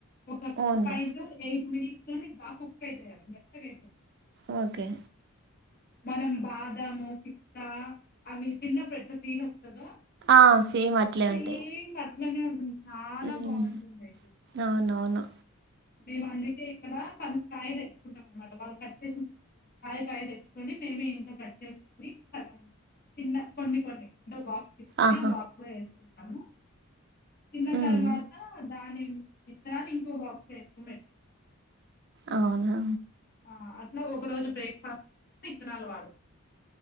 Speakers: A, on the left; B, on the right.
A: ఒక
B: only
A: five to eight minutes లోనె బాగ కుక్ అయితాయి అవి మెత్తగ అయిపోతయి
B: ఓకే
A: మనం బాదము పిస్త అవి తిన్నప్పుడు ఎట్ల ఫీల్ అస్తద్ దొ
B: ఆ సేమ్ అట్లే
A: సేమ్
B: ఉంటాయి
A: అట్ల అట్లనె చాలా
B: ఉమ్
A: బాగుంటుంది అయితే
B: అవునవును
A: మేము అందుకే ఇక్కడ పనసకాయలు తెచ్చుకుంటం అన్నమాట వాళ్ళు కట్ చేసి కాయ కాయ తెచ్చుకొని మేమే ఇంట్లో కట్ చేసుకొని సగం పింద కొన్ని కొన్ని అంటె ఒక బాక్స్ తీసుకుని
B: ఆహా
A: ఆ బాక్స్ లో ఏసుకుంటాము తిన్న
B: ఉమ్
A: తర్వాత దాని ఇత్తనాన్ని ఇంకో బాక్స్ ఏసుకొని పెట్టుకుంటాము
B: అవునా
A: ఆ అట్ల ఒక రోజు బ్రేక్ఫాస్ట్ ఇత్తనాలు వాడుకుంటు